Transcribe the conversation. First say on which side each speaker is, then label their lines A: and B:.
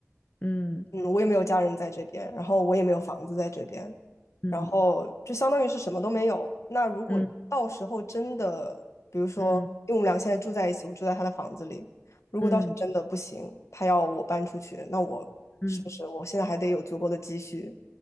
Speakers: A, on the left; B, on the left.
A: 嗯
B: 嗯，我也没有家人在这边，然后我也没有房子在这边，
A: 嗯
B: 然后就相当于是什么都没有。那如果到时候真的，
A: 嗯
B: 比如说，
A: 嗯
B: 因为我们俩现在住在一起，我住在他的房子里，如果到时候真的不行，
A: 嗯
B: 他要我搬出去，那我是不是我现在还得有足够的积蓄，
A: 嗯，